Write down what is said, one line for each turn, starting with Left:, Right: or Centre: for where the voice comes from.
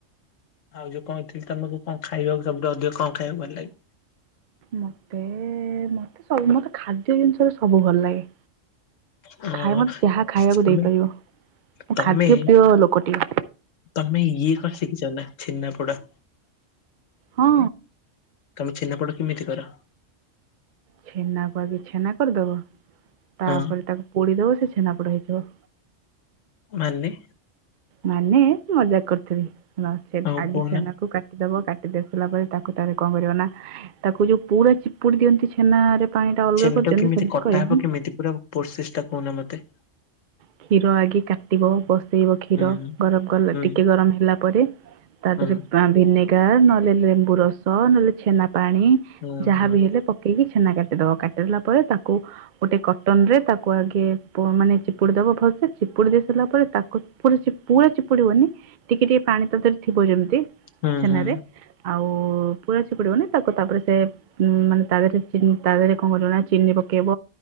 Left: ଆଉ ଯୋଉ କହିଥିଲି ତମକୁ କଣ ଖାଇବାକୁ ଶଧ ଅଧିକ କମ ଖାଇବା ଭଲ ଲାଗେ।
Right: ମତେ ମତେ ସମତ ଖାଦ୍ୟ ଜିନିଷରେ ସବୁ ଭଲ ଲାଗେ।
Left: ହଁ
Right: ଖାଇ ମତେ ଯାହା ଖାଇବାକୁ
Left: ତମେ
Right: ଦେଇପାରିବ ମୁଁ
Left: ତମେ
Right: ଖାଦ୍ୟ ପ୍ରିୟ ଲୋକଟି।
Left: ତମେ ଇଏ କଣ ଶିକିଛନା ଛେନା ପୋଡ।
Right: ହଁ।
Left: ତମେ ଛେନା ପୋଡ଼ କେମିତି କର?
Right: ଛେନାକୁ ଆଗେ ଛେନା କରିଦବ, ତାପରେ
Left: ହଁ
Right: ତାକୁ ପୋଡ଼ିଦବ ସେ ଛେନା ପୋଡ଼ା ହେଇଯିବ।
Left: ମାନେ
Right: ମାନେ ମଜାକ୍ କରୁଥିଲି,
Left: ଆଉ
Right: ଆଗେ
Left: କହୁନା
Right: ଛେନାକୁ କାଟି କାଟି ଦବ କାଟି ଦେଇ ସାରିଲା ପରେ ତାକୁ ତାରେ କଣ କରିବ ନା ତାକୁ ଯୋଉ ପୁରା ଚିପୁଡି ଦିଅନ୍ତି ଛେନରେ ପାଣି ଟା ଅଲଗା
Left: ଛେନାଟା
Right: କରିଦିଅନ୍ତି
Left: କେମିତି
Right: ସେମ୍ତି
Left: କଟା
Right: କରିବନି।
Left: ହବ କେମିତି ପୁରା ପ୍ରୋସେସ୍ ଟା କହୁନା ମତେ।
Right: କ୍ଷୀର ଆଗେ କାଟିବ, ବ ସେଇବ କ୍ଷୀର
Left: ହୁଁ
Right: ଗରମ୍ କଲା
Left: ହୁଁ
Right: ଟିକେ ଗରମ୍ ହେଲା ପରେ ତା
Left: ହୁଁ
Right: ଧେରେ ଭିନେଗାର୍ ନହେଲେ ଲେମ୍ବୁ ରସ ନହେଲେ ଛେନା ପାଣି
Left: ହୁଁ
Right: ଯାହାବି
Left: ହୁଁ
Right: ହେଲେ ପ କେଇକି ଛେନା କାଟିଦବ, କାଟିଦେଲା ପରେ ତାକୁ ଗୋଟେ କଟନ୍ ରେ ତାକୁ ଆଗେ ପ ମାନେ ଚି ପୁଡ଼ି ଦେବ ଭଲସେ, ଚିପୁଡ଼ି ଦେଇ ସାରିଲା ପରେ ତାକୁ ପୁରା-ପୁରା ଚିପୁଡିବନି, ଟିକେ-ଟିକେ ପାଣି ତାଦେରେ ଥିବ ଯେମ୍ତି
Left: ହୁଁ
Right: ଛେନାରେ।
Left: ହୁଁ
Right: ଆଉ ପୁରା ଚିପୁଡିବନି, ତାକୁ ତାପରେ ସେ ଉଁ ମାନେ ତା ଧେରେ ଚି ତା ଧେରେ କଣ କରିବ ନା ଚିନି ପକେଇବ